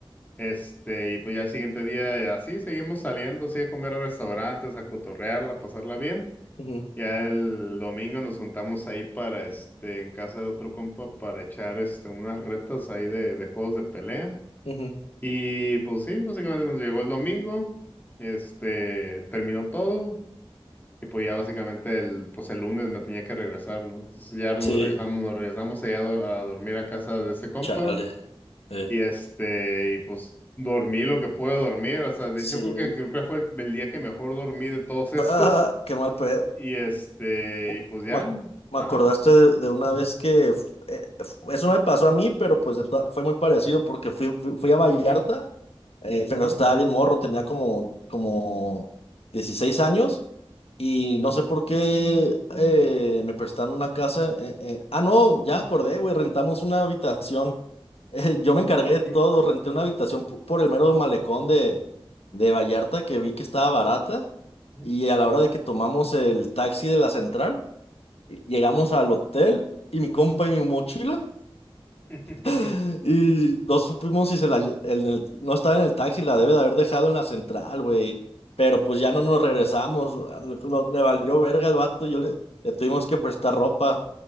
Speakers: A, on the left (about 20°); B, on the left (about 85°).
A: Este, y pues ya el siguiente día así seguimos saliendo, así a comer a restaurantes, a cotorrearla, a pasarla bien.
B: Ujú,
A: Ya el domingo nos juntamos ahí para este, en casa de otro compa para echar este unas retas ahí de, de juegos de pelea.
B: ujú.
A: Y pues sí, básicamente nos llegó el domingo, este, terminó todo. Y pues ya básicamente el, pues el lunes me tenía que regresar, ¿no? Entonces ya nos
B: Sí,
A: regresamos, nos regresamos allá a do- a dormir a casa de este compa.
B: chale. Eh,
A: Y este, y pues dormí lo que pude dormir. O sea, de
B: sí.
A: hecho creo que creo que fue el, el día que mejor dormí de todos esos.
B: Ah,
A: <laughs>
B: qué mal pedo.
A: Y este,
B: Uh,
A: y pues ya.
B: me, ac- me
A: Ajá.
B: acordaste de, de una vez que f- eh, f- eso no me pasó a mí, pero pues de to- fue muy parecido porque fui, fui, fui a Vallarta,
A: Ujú,
B: eh,
A: ujú,
B: pero estaba bien morro, tenía como, como 16 años. Y no sé por qué eh, me prestaron una casa. eh, eh, Ah, no, ya acordé, güey, rentamos una habitación. <laughs> Eh, yo me encargué de
A: ujú,
B: todo,
A: ujú,
B: renté una habitación po- por el mero malecón de, de Vallarta que vi que estaba barata.
A: ujú,
B: Y a la hora de que tomamos el taxi de la central, eh, llegamos al hotel y mi compa y mi mochila.
A: ujú.
B: <gasps>
A: <laughs>
B: Y no supimos si se la, lle- en el- no estaba en el taxi, la debe de haber dejado en la central, güey. Pero pues ya no nos regresamos. lo- lo- Le, valió verga al vato, yo le, le tuvimos que prestar ropa.